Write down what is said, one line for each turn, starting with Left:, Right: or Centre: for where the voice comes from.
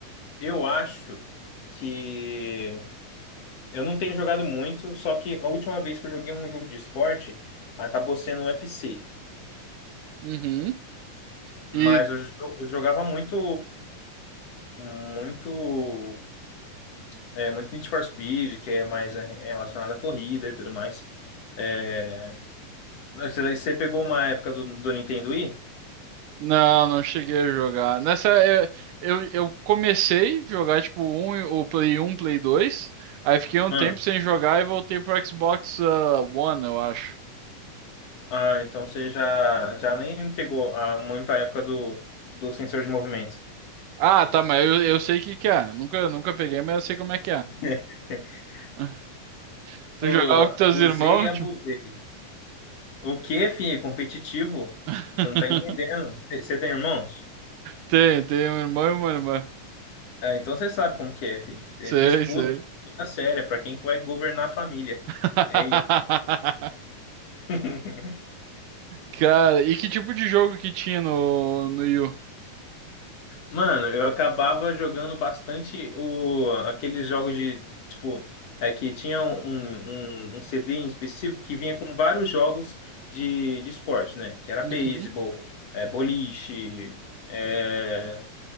Left: eu acho que eu não tenho jogado muito, só que a última vez que eu joguei um jogo de esporte acabou sendo um UFC.
Right: Uhum.
Left: Mas
Right: E,
Left: eu, jo- eu jogava muito, muito, é, muito Need for Speed, que é mais é, relacionado à corrida e tudo mais. É, você você pegou uma época do, do Nintendo Wii?
Right: Não, não cheguei a jogar. Nessa, eu, eu, eu comecei a jogar tipo um, o Play um, Play 2. Aí fiquei um
Left: Ah,
Right: tempo sem jogar e voltei pro Xbox ah, One, eu acho.
Left: ah, então você já, já nem pegou ah, muito a época do, do sensor de movimento.
Right: Ah, tá, mas eu, eu sei o que que é. Nunca, nunca peguei, mas eu sei como é que é.
Left: <laughs>
Right: <laughs> Tu
Left: Eu
Right: jogava com teus
Left: Usei
Right: irmãos?
Left: e abusei.
Right: Tipo...
Left: O que, filho? Competitivo?
Right: <laughs>
Left: Você não tá entendendo. Você você tem irmãos?
Right: Tem, tem um irmão e uma irmã.
Left: É, então você sabe como que é, filho. É
Right: Sei,
Left: disputa,
Right: sei.
Left: disputa séria pra quem que vai governar a família.
Right: <laughs>
Left: É isso. <laughs>
Right: Cara, e que tipo de jogo que tinha no, no Wii U?
Left: Mano, eu acabava jogando bastante o, aqueles jogos de, tipo, é, que tinha um, um, um CD em específico que vinha com vários jogos de, de esporte, né? Que era
Right: Uhum.
Left: beisebol, é, boliche, é,